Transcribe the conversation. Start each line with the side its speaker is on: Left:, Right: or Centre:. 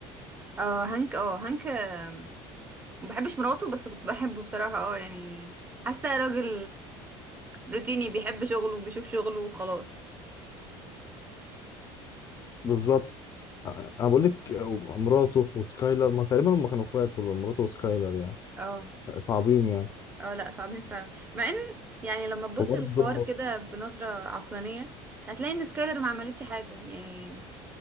Right: اه هانك اه هانك آه، ما بحبش مراته بس كنت بحبه بصراحة اه يعني حاسه راجل روتيني بيحب شغله وبيشوف شغله وخلاص
Left: بالظبط آه، انا بقول لك آه، مراته وسكايلر ما تقريبا هم كانوا اخوات ولا مراته وسكايلر يعني
Right: اه
Left: صعبين يعني
Right: اه لا صعبين فعلا مع ان يعني لما تبص
Left: وبرضه
Right: الحوار كده بنظرة عقلانية هتلاقي ان سكايلر ما عملتش حاجة يعني